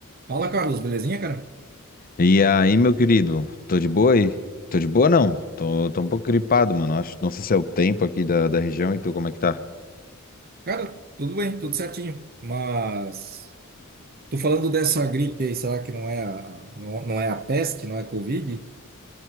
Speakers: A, on the right (about 45°); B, on the left (about 40°).
A: Fala, Carlos, belezinha, cara?
B: E aí, meu querido, tô de boa aí? Tô de boa não, tô, tô um pouco gripado, mano, acho, não sei se é o tempo aqui da, da região e tu, como é que tá?
A: Cara, tudo bem, tudo certinho. Mas tô falando dessa gripe aí, será que não é a, não, não é a peste, não é Covid?